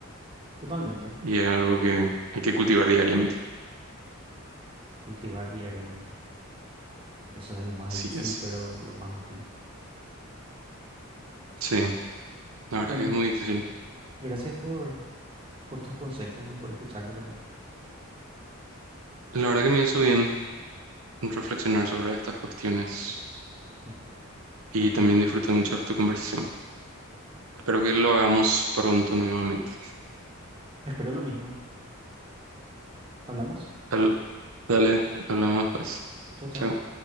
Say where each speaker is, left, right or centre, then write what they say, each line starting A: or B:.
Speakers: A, on the right (about 25°); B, on the right (about 80°).
A: Totalmente.
B: Y es algo que hay que cultivar diariamente.
A: Cultivar diariamente. Eso es lo más
B: Sí
A: difícil,
B: es.
A: pero lo más útil.
B: Sí, la
A: Bueno,
B: verdad que es muy difícil.
A: gracias por, por tus consejos y por escucharme también.
B: La verdad que me hizo bien reflexionar sobre estas cuestiones
A: Mm,
B: y
A: A mí
B: también
A: también.
B: disfruté mucho de tu conversación. Espero que lo hagamos pronto nuevamente.
A: Espero lo mismo. Hablamos.
B: Al- Dale, hablamos pues.
A: Chao, chao.
B: Chao.